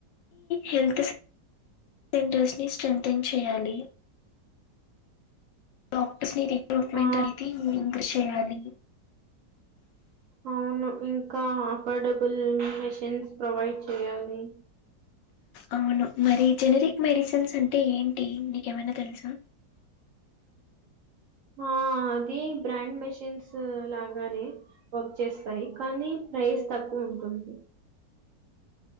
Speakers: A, on the left (about 85°); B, on the right (about 65°).
A: హెల్త్ సెంటర్స్ ని స్త్రెంథెన్ చేయాలి డాక్టర్స్ ని రిక్రూట్మెంట్
B: ఆ
A: అనేది ఇంక్రిస్ చేయాలి
B: అవును ఇంకా అఫర్డబుల్ మెషిన్స్ ప్రొవైడ్ చేయాలి
A: అవును మరి జనరిక్ మెడిసిన్స్ అంటే ఏంటి నీకు ఏమైనా తెలుసా
B: ఆ అది బ్రాండ్ మెషిన్స్ లాగానే వర్క్ చేస్తాయి కానీ ప్రైజ్ తక్కువుంటుంది